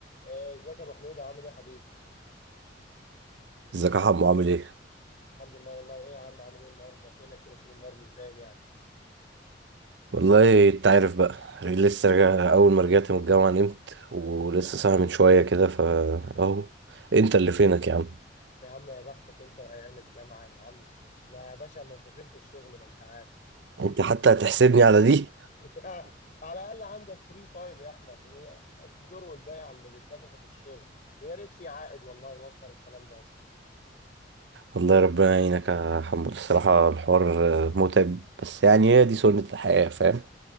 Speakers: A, on the left (about 45°); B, on the right (about 65°).
A: آه، ازيك يا ابو حميد عامل ايه يا حبيبي
B: ازيك يا حمو عامل ايه؟
A: الحمد لله والله ايه يا عم عامل ايه النهارده فينك كده طول النهار مش باين يعني
B: والله انت عارف بقى لسه راجع اول ما رجعت من الجامعة نمت ولسه صاحي من شوية كده فا اهو انت اللي فينك
A: م.
B: يا عم
A: يا عم يا بختك انت وايام الجامعه يا عم احنا يا باشا منفوخين في الشغل ما انت عارف
B: انت حتى هتحسدني على دي
A: <laughs> على الاقل عندك فري تايم يا احمد الدور والبيع اللي بيتنفخوا في الشغل ويا ريت في عائد والله يوفر الكلام ده
B: والله ربنا يعينك يا حمو الصراحة الحوار آه، متعب بس يعني هي دي سنة الحياة فاهم؟